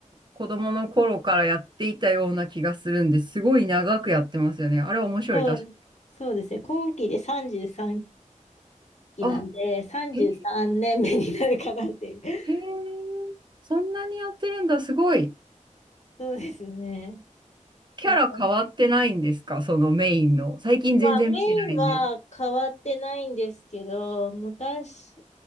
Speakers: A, on the right; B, on the left.
A: 子供の頃からやっていたような気がするんですごい長くやってますよね。あれ面白い、
B: そう、
A: 確か。
B: そうですね。今期で33期なんで、
A: あ、
B: 33年目になるかなっていう。
A: へえ、
B: <laughs>
A: へえ、そんなにやってるんだ、すごい。
B: そうですね。
A: キャラ変わってないんですかそのメインの。
B: とか、
A: 最近全然見てないんで。
B: まあメインは変わってないんですけど、昔